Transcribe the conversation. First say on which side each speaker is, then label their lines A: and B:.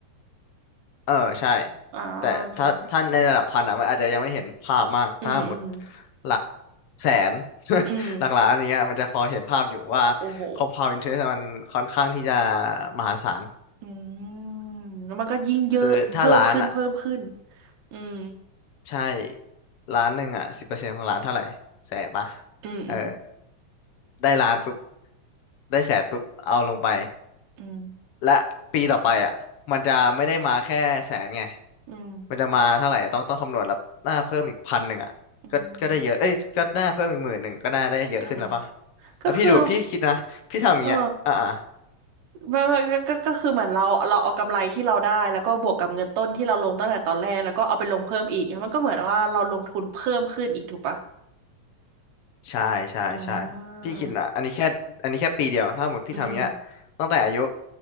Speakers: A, on the left (about 60°); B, on the right (about 80°).
A: เออใช่
B: อ่าโอเค
A: แต่ถ้าถ้าในระดับพันอ่ะมันอาจจะยังไม่เห็นภาพมากถ้าหมด
B: อืมอืม
A: หลักแสน <laughs>
B: อืม
A: หลักล้านอย่างเงี้ยมันจะพอเห็นภาพอยู่ว่า
B: โอ้โห
A: compound interest มันค่อนข้างที่จะมหาศาล
B: อืมแล้วมันก็ยิ่งเยอะเพิ่มขึ้นเพิ่มขึ้น
A: คือถ้าล้านอ่ะ
B: อืม
A: ใช่ล้านหนึ่งอ่ะสิบเปอร์เซ็นต์ของล้านเท่าไหร่แสนปะ
B: อืมอืม
A: เออได้ล้านปุ๊บได้แสนปุ๊บเอาลงไป
B: อืม
A: และปีต่อไปอ่ะมันจะไม่ได้มาแค่แสนไง
B: อืม
A: มันจะมาเท่าไหร่ต้องต้องคำนวณแล้วหน้าเพิ่มอีกพันหนึ่งอ่ะก็ก็ได้เยอะเอ้ยก็หน้าเพิ่มอีกหมื่นหนึ่งก็น่าได้เยอะขึ้นแล้วป่ะ
B: อืมเออ
A: แล้วพี่ดูพี่คิดนะพี่ทำอย่างเงี้ยอ่าอ่า
B: ก็คือเออ ไม่ไม่ก็ก็ก็คือเหมือนเราเราเอากำไรที่เราได้แล้วก็บวกกับเงินต้นที่เราลงตั้งแต่ตอนแรกแล้วก็เอาไปลงเพิ่มอีกมันก็เหมือนว่าเราลงทุนเพิ่มขึ้นอีกถูกปะ
A: ใช่ใช่ใช่
B: อ่า
A: พี่คิดนะอันนี้แค่อันนี้แค่ปีเดียวถ้าหมดพี่ทำอย่างเงี้ยตั้งแต่อายุ
B: อืม